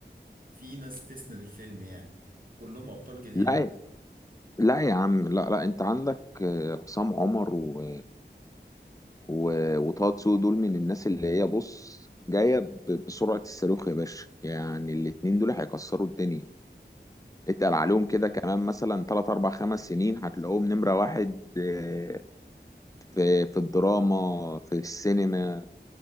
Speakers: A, on the right (about 50°); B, on the left (about 20°).
A: في ناس تسند الفيلم يعني كلهم أبطال جديدة
B: لا لا يا عم لا لا أنت عندك آه، عصام عمر و... و... وطه دسوقي دول من الناس اللي هي بص جاية ب- بسرعة الصاروخ يا باشا يعني الاتنين دول هيكسروا الدنيا اتقل عليهم كده كمان مثلا تلات أربع خمس سنين هتلاقوهم نمرة واحد آه، في في الدراما في السينما